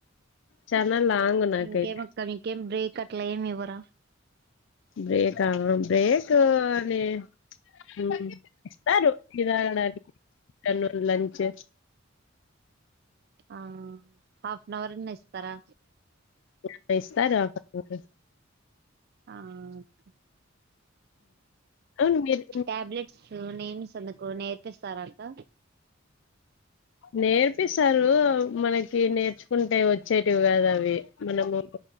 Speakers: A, on the left (about 65°); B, on the right (about 55°).
A: చానా లాంగ్ నాకైతే
B: ఇంకేమక్క నీకేం బ్రేక్ అట్లా ఏమ్ ఇవ్వరా
A: బ్రేకా బ్రేకు నే హ్మ్ కాదు ఇవ్వడానికి నెల్లూరు లంచ్
B: ఆ హాఫ్హౌవర్ అయిన ఇస్తారా
A: రెండిస్తారు ఒకపుటే
B: ఆ అక్క
A: అవును మీరు
B: టాబ్లెట్స్ నేమ్స్ అందుకు నేర్పిస్తారాకా
A: నేర్పిస్తారు మనకి నేర్చుకుంటే వచ్చే టి కాదు అవి మనము